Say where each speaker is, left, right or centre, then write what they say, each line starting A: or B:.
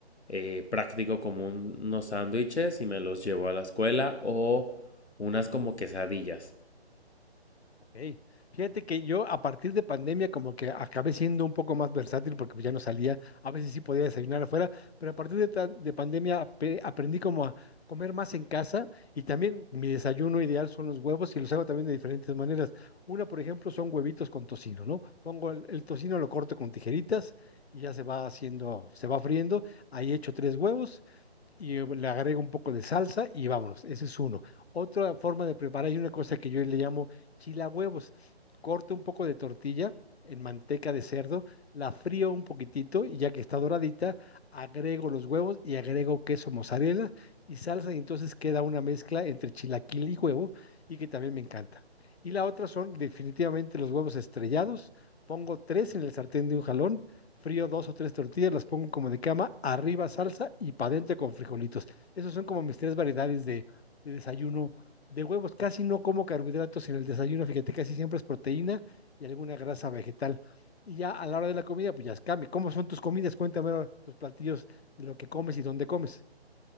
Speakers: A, on the left; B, on the left.
A: eh, práctico como un- unos sándwiches y me los llevo a la escuela o unas como quesadillas.
B: Ok. Fíjate que yo a partir de pandemia como que acabé siendo un poco más versátil porque pues ya no salía, a veces sí podía desayunar afuera, pero a partir de, ta- de pandemia ape- aprendí como a comer más en casa y también mi desayuno ideal son los huevos y los hago también de diferentes maneras. Una, por ejemplo, son huevitos con tocino, ¿no? Pongo el, el tocino, lo corto con tijeritas y ya se va haciendo, se va friendo. Ahí echo tres huevos y eh, le agrego un poco de salsa y vámonos. Ese es uno. Otra forma de preparar, hay una cosa que yo le llamo chila huevos. Corto un poco de tortilla en manteca de cerdo, la frío un poquitito y ya que está doradita, agrego los huevos y agrego queso mozzarella y salsa y entonces queda una mezcla entre chilaquil y huevo y que también me encanta. Y la otra son definitivamente los huevos estrellados. Pongo tres en el sartén de un jalón frío dos o tres tortillas, las pongo como de cama, arriba salsa y para adentro con frijolitos. Esos son como mis tres variedades de, de desayuno de huevos. Casi no como carbohidratos en el desayuno, fíjate, casi siempre es proteína y alguna grasa vegetal. Y ya a la hora de la comida, pues ya cambia. ¿Cómo son tus comidas? Cuéntame ahora tus platillos de lo que comes y dónde comes.